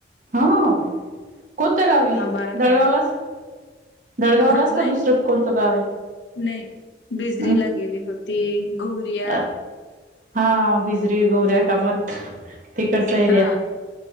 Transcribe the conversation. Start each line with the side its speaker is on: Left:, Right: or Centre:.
Right: हो कोणत्या गावी
Left: हा बारा
Right: दळगावलाच
Left: तारीख
Right: दळगावलाच
Left: हा नाही
Right: का दुसरं कोणतं गाव
Left: नाही बिजरीला
Right: आहे
Left: गेली होती ती गुरिया
Right: अ हा बिजरी गोऱ्या कामत तिकडचा एरिया
Left: हा